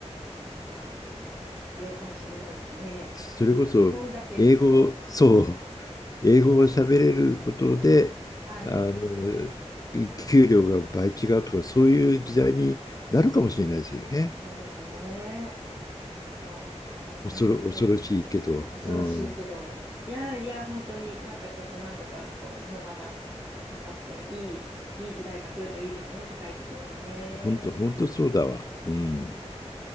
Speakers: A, on the right; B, on the left.
A: なんか、必要かもしれないですね。
B: それこそ英語、
A: なんか、日本だけの、
B: そう、
A: うん。
B: 英語を喋れることで、
A: はい。
B: あの、給料が倍違うとか、そういう時代になるかもしれないですよね。
A: そうですね。本当、そう思います。
B: 恐ろ、恐ろしいけど、
A: 恐ろしいけど、
B: うん。
A: いやいや、本当になんかちょっとなんとか、こう、日本また頑張って、いい、いい時代が来るといいですね、世界的にもね。
B: 本当、本当そうだわ。うん。
A: ね